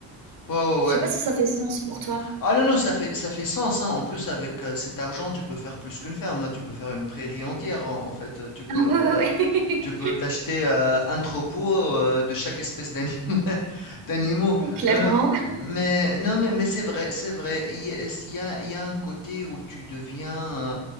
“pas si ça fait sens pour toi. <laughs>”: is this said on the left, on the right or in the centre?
Right